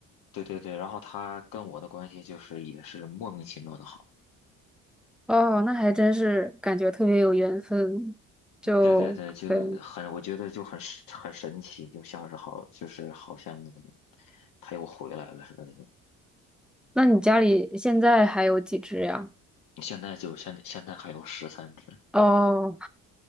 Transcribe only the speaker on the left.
对对对，然后他跟我的关系就是也是莫名其妙的好，
对对对，就很我觉得就很神很神奇，就像是好就是好像他又回来了似的那种。
现在就现现在还有十三只，